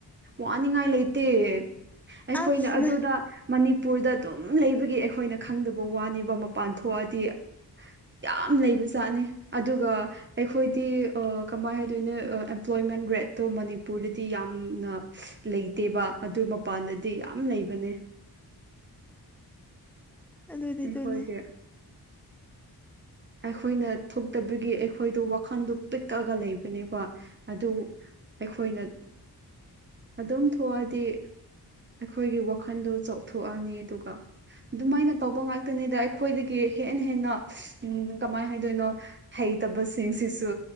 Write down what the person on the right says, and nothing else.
ꯋꯥꯅꯤꯡꯉꯥꯏ ꯂꯩꯇꯦ ꯑꯩꯈꯣꯏꯅ
ꯑꯗꯨꯗꯥ
ꯃꯅꯤꯄꯨꯔꯗ ꯑꯗꯨꯝ ꯂꯩꯕꯒꯤ ꯑꯩꯈꯣꯏꯅ ꯈꯪꯗꯕ ꯋꯥꯅꯦꯕꯥ ꯃꯄꯥꯟ ꯊꯣꯛꯑꯥꯗꯤ ꯌꯥꯝ ꯂꯩꯕꯖꯥꯠꯅꯦ ꯑꯗꯨꯒꯥ ꯑꯩꯈꯣꯏꯗꯤ ꯑꯥ ꯀꯃꯥꯏꯅ ꯍꯥꯏꯗꯣꯏꯅꯣ ꯑꯦꯝꯄ꯭ꯂꯣꯏꯃꯦꯟ ꯔꯦꯠꯇꯣ ꯃꯅꯤꯄꯨꯔꯗꯥꯗꯤ ꯌꯥꯝꯅ ꯂꯩꯇꯦꯕꯥ ꯑꯗꯨ ꯃꯄꯥꯟꯗꯥꯗꯤ ꯌꯥꯝ ꯂꯩꯕꯅꯦ
ꯑꯩꯈꯣꯏꯒꯤ
ꯑꯩꯈꯣꯏꯅ ꯊꯣꯛꯇꯕꯒꯤ ꯑꯩꯈꯣꯏꯗꯣ ꯋꯥꯈꯟꯗꯣ ꯄꯤꯛꯑꯥꯒ ꯂꯩꯕꯅꯦꯕꯥ ꯑꯗꯨ ꯑꯩꯈꯣꯏꯅ ꯑꯗꯨꯝ ꯊꯣꯛꯑꯥꯗꯤ ꯑꯩꯈꯣꯏꯒꯤ ꯋꯥꯈꯟꯗꯣ ꯆꯥꯎꯊꯣꯛꯑꯥꯅꯤ ꯑꯗꯨꯒꯥ ꯑꯗꯨꯃꯥꯏꯅ ꯇꯧꯕ ꯉꯥꯛꯇꯥꯅꯤꯗ ꯑꯩꯈꯣꯏꯗꯥꯒꯤ ꯍꯦꯟꯅ ꯍꯦꯟꯅ ꯎꯝ ꯀꯃꯥꯏ ꯍꯥꯏꯗꯣꯏꯅꯣ ꯍꯩꯇꯥꯕꯁꯤꯡꯁꯤꯁꯨ